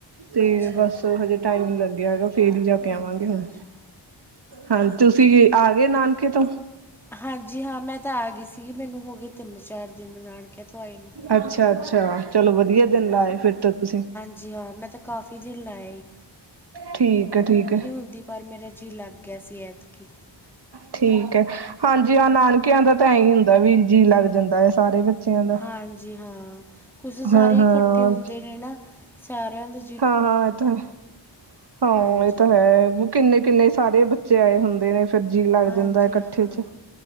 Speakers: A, on the right (about 55°); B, in the centre.
A: ਤੇ
B: ਅੱਛਾ
A: ਬਸ ਹਜੇ ਟਾਈਮ ਨੀ ਲੱਗਿਆ ਹੈਗਾ। ਫੇਰ ਹੀ ਜਾਕੇ
B: ਅੱਛਾ
A: ਆਵਾਂਗੇ ਹੁਣ,
B: ਅੱਛਾ
A: ਹਾਂਜੀ ਤੁਸੀਂ ਆ ਗਏ ਨਾਨਕੇ ਤੋ।
B: ਹਾਂਜੀ ਹਾਂ ਮੈਂ ਤਾਂ ਆ ਗਈ ਸੀਗੀ ਮੈਨੂੰ ਹੋ ਗਏ ਤਿੰਨ-ਚਾਰ ਦਿਨ ਨਾਨਕਿਆ ਤੋਂ ਆਈ ਨੂੰ।
A: ਅੱਛਾ, ਅੱਛਾ, ਚਲੋ ਵਦੀਆ ਦਿਨ ਲਾਏ ਫਿਰ ਤੋਂ ਤੁਸੀਂ
B: ਜੀ ਹਾਂ ਮੈਂ ਤਾਂ ਕਾਫੀ ਦਿਨ ਲਾ ਆਈ।
A: ਠੀਕ ਐ ਠੀਕ ਐ।
B: ਹੁੰਦੀ ਪਰ ਮੇਰਾ ਜੀਅ ਲੱਗ ਗਿਆ ਸੀ ਐਤਕੀ।
A: ਠੀਕ ਐ, ਹਾਂਜੀ ਹਾਂ, ਨਾਨਕਿਆਂ ਦਾ ਤਾਂ ਐ ਈ ਹੁੰਦਾ ਵੀ ਜੀਅ ਲੱਗ ਜਾਂਦਾ ਐ ਸਾਰੇ ਬੱਚਿਆਂ ਦਾ।
B: ਹਾਂਜੀ ਹਾਂ, ਕੁਛ ਸਾਰੇ
A: ਹਾਂ ਹਾਂ
B: ਇਕੱਠੇ ਹੁੰਦੇ ਨੇ ਨਾ ਸਾਰਿਆਂ ਦੇ
A: ਹਾਂ, ਹਾਂ ਐ ਤਾਂ ਹੈ, ਹਾਂ
B: ਹਾਂਜੀ
A: ਐ ਤਾਂ
B: ਹਾਂ
A: ਹੈ ਬੁ ਕਿੰਨੇਂ-ਕਿੰਨੇ ਸਾਰੇ ਬੱਚੇ ਆਏ ਹੁੰਦੇ ਨੇ ਫਿਰ ਜੀਅ ਲੱਗ
B: ਹਾਂਜੀ
A: ਜਾਂਦਾ ਇਕੱਠੇ
B: ਹਾਂ
A: ਚ।